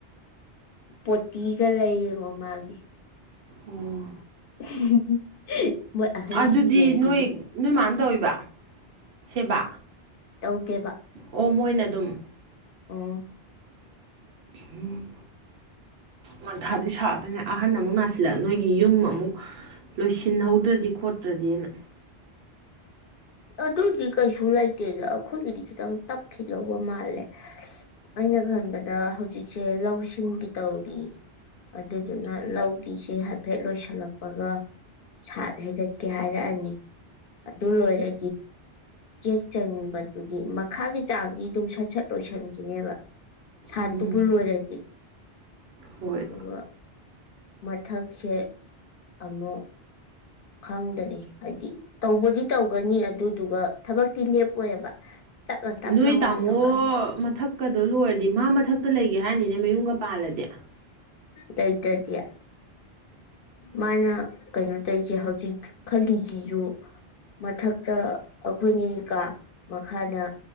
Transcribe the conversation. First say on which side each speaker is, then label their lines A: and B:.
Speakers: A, on the left; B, on the right.
A: ꯄꯣꯇꯤꯒ ꯂꯩꯌꯦ ꯃꯣ ꯃꯥꯒꯤ
B: ꯎꯝ
A: <inaudible>
B: ꯑꯗꯨꯗꯤ
A: ꯆꯦꯔꯒꯤꯗꯣ
B: ꯅꯣꯏ ꯅꯣꯏ ꯃꯥꯅ ꯇꯧꯕ ꯁꯦꯕꯥ
A: ꯇꯧꯒꯦꯕ
B: ꯑꯣ ꯃꯣꯏꯅ ꯑꯗꯨꯝ
A: ꯎꯝ
B: ꯎꯝ ꯃꯟꯊꯥꯗꯤ ꯁꯥꯗꯣꯏꯅꯦ ꯑꯍꯟ ꯑꯃꯨꯛ ꯅꯥꯁꯤꯜꯂꯛ ꯅꯣꯏꯒꯤ ꯌꯨꯝ ꯑꯃꯨꯛ ꯂꯣꯏꯁꯤꯟꯍꯧꯗ꯭ꯔꯗꯤ ꯈꯣꯠꯇ꯭ꯔꯗꯤꯅ
A: ꯑꯗꯨꯗꯤ ꯀꯩꯁꯨ ꯂꯩꯇꯦꯗ ꯑꯩꯈꯣꯏꯒꯤꯗꯤ ꯈꯤꯇꯪ ꯇꯞꯈꯤꯗꯧꯕ ꯃꯥꯜꯂꯦ ꯑꯩꯅ ꯈꯟꯕꯗ ꯍꯧꯖꯤꯛꯁꯦ ꯂꯧꯁꯤꯡꯒꯤ ꯇꯧꯔꯤ ꯑꯗꯨꯗꯨꯅ ꯂꯧꯒꯤꯁꯦ ꯍꯥꯏꯐꯦꯠ ꯂꯣꯏꯁꯜꯂꯛꯄꯒ ꯁꯥꯠ ꯍꯩꯒꯠꯀꯦ ꯍꯥꯏꯔꯛꯑꯅꯤ ꯑꯗꯨ ꯂꯣꯏꯔ ꯆꯦꯛ ꯆꯟꯕꯗꯨꯗꯤ ꯃꯈꯥꯒꯤ ꯆꯥꯡꯗꯤ ꯑꯗꯨꯝ ꯁꯠ ꯁꯠ ꯂꯣꯏꯁꯤꯟꯈꯤꯅꯦꯕ ꯁꯥꯠꯇꯨꯕꯨ
B: ꯎꯝ
A: ꯂꯣꯏꯔꯗꯤ
B: ꯍꯣꯏ
A: ꯑꯗꯨꯒ ꯃꯊꯛꯁꯦ ꯑꯃꯨꯛ ꯈꯪꯗꯔꯤ ꯍꯥꯏꯗꯤ ꯇꯧꯕꯗꯤ ꯇꯧꯒꯅꯤ ꯑꯗꯨꯗꯨꯒ ꯊꯕꯛꯇꯤ ꯂꯦꯞꯄꯣꯏꯑꯕ ꯇꯞꯅ ꯇꯞꯅ
B: ꯅꯣꯏ
A: ꯑꯣꯏꯅ
B: ꯇꯥꯃꯣ
A: ꯇꯧꯔꯛꯑꯅꯤ
B: ꯃꯊꯛꯀꯗꯣ ꯂꯣꯏꯔꯗꯤ ꯃꯥ ꯃꯊꯛꯇ ꯂꯩꯒꯦ ꯍꯥꯏꯔꯅꯤꯅꯦ ꯃꯌꯨꯝꯒ ꯄꯥꯜꯂꯗꯤ
A: ꯂꯩꯇꯗꯤ ꯃꯥꯅ ꯀꯩꯅꯣ ꯇꯧꯔꯤꯁꯦ ꯍꯧꯖꯤꯛ ꯈꯜꯂꯤꯁꯤꯁꯨ ꯃꯊꯛ ꯑꯩꯈꯣꯏꯅꯤꯒꯤꯀꯥ ꯃꯈꯥꯗ